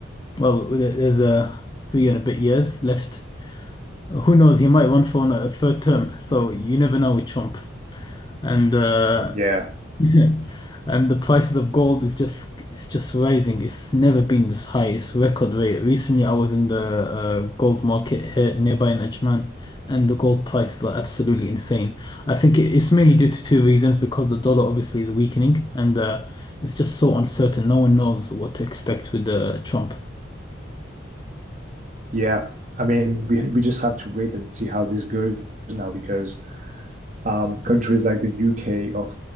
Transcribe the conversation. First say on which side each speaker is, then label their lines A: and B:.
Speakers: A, on the left; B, on the right.
A: Well, there- there's uh, three and a bit years left Who knows? He might run for an- a third term, so you never know with Trump. And uh,
B: Yeah,
A: <laughs> and the prices of gold is just it's just rising. It's never been this high. It's record rate. Recently, I was in the uh, gold market here nearby in Ajman, and the gold prices are absolutely insane. I think it- it's mainly due to two reasons, because the dollar obviously is weakening, and uh, it's just so uncertain. No one knows what to expect with uh, Trump.
B: yeah. I mean, we we just have to wait and see how this goes now because um, countries like the UK are